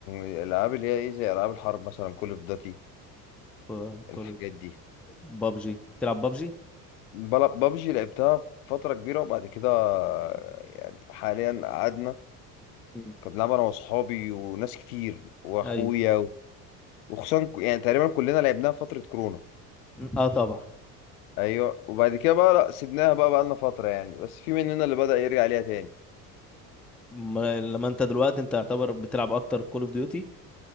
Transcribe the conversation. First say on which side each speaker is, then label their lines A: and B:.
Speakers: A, on the left; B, in the centre.
A: الالعاب اللي هي ايه زي العاب الحرب مثلا كول اوف داتي
B: كو-
A: الحاجات
B: كول
A: دي
B: بابجي بتلعب بابجي
A: ببجي لعبتها فتره كبيره وبعد كده يعني حاليا قعدنا
B: مم.
A: كنت بلعب انا واصحابي وناس كتير واخويا
B: ايوه
A: وخصوصا ك- يعني تقريبا كلنا لعبناها فتره كورونا
B: اه طبعا
A: ايوه وبعد كده بقى لا سيبناها بقى بقى لنا فتره يعني بس في مننا اللي بدأ يرجع ليها تاني
B: ما لما انت دلوقتي انت يعتبر بتلعب اكتر كول اوف ديوتي